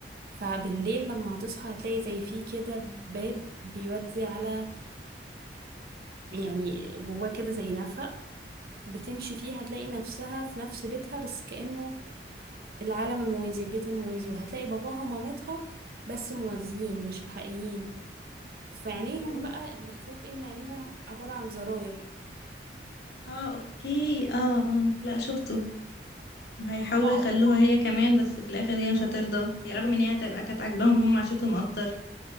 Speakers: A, on the right; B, on the left.
A: فبالليل لما هتصحى هتلاقي زي فيه كده باب بيودي على يعني جواه كده زي نفق بتمشي فيه هتلاقي نفسها في نفس بيتها بس كأنه العالم الموازي البيت الموازي وهتلاقي باباها ومامتها بس موازيين مش الحقيقيين في عينيهم
B: اوكي
A: بقى الاختلاف إيه؟ ان عينيهم عبارة عن زراير
B: اه اوكي اه اه لا شفته وهيحاولوا
A: رعب
B: يخلوها هي كمان بس في الآخر هي مش هترضى هي رغم ان هي هتبقى كانت عاجباهم هم عاشتهم اكتر